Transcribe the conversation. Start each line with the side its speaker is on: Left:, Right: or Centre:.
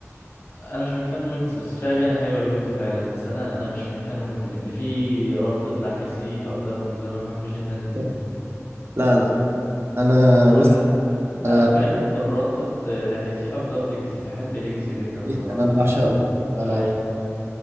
Left: انا مش من فان ويجز بس في اغاني حلوه لويجز فعلا بس انا انا مش من فان ويجز لان في رابطه لاحسي اقدم ويجز وانا ما بحبش الناس دي
Right: <laughs>
Left: يعني
Right: لا لا انا
Left: انا
Right: بص
Left: بقى
Right: انا
Left: انا ممكن اكون من رابطه آه، لاحسي اقدم ليجاسي بحب ليجاسي جدا بصراحه
Right: جدا انا بعشقه انا
Left: ايوه
Right: بعشق